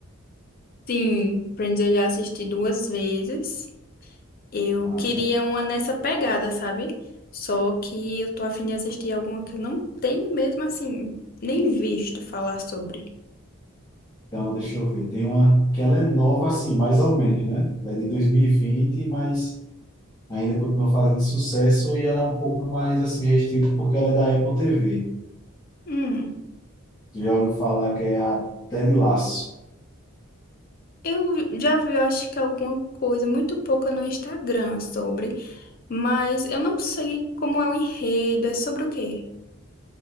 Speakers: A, on the left; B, on the left.
A: Sim, Friends eu já assisti duas vezes. Eu
B: Massa.
A: queria uma nessa pegada, sabe? Só que eu tô afim de assistir alguma que eu não tenho mesmo, assim, nem visto falar sobre.
B: Então, deixa eu ver. Tem uma que ela é nova assim, mais ou menos, né? Ela é de 2020, mas ainda continua fazendo sucesso e ela é um pouco mais assim restrita porque ela é da Apple TV.
A: Hum,
B: Tu já ouviu falar que é a Ted Lasso.
A: eu já vi, eu acho que alguma coisa, muito pouca no Instagram sobre. Mas eu não sei como é o enredo, é sobre o quê?